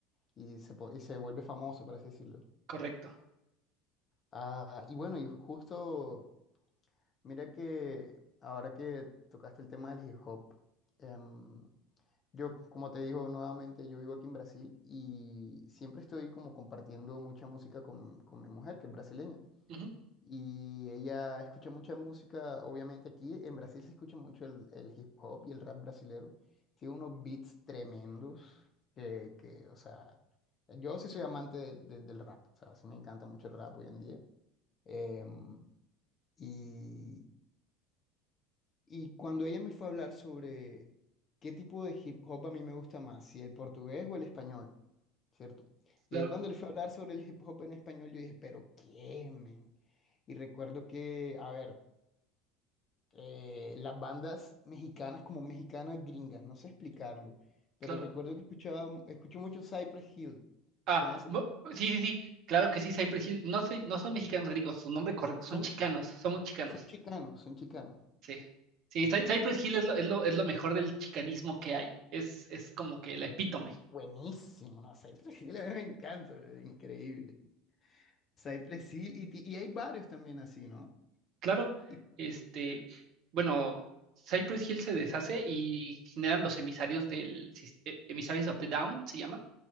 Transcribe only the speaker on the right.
Correcto.
Ujú,
Claro,
claro.
Ah,
bu- sí, sí, sí, claro que sí, Cypress Hill. No soy, no son mexicanos gringos, su nombre correcto
son chicanos, somos chicanos.
Sí. Sí, Cy- Cypress
Hill es lo, es lo, es lo mejor del chicanismo que hay. Es, es como que el epítome.
Claro,
este, bueno, Cypress Hill se deshace y generan los emisarios del, sis- eh, Emissaries of the Down, se llama,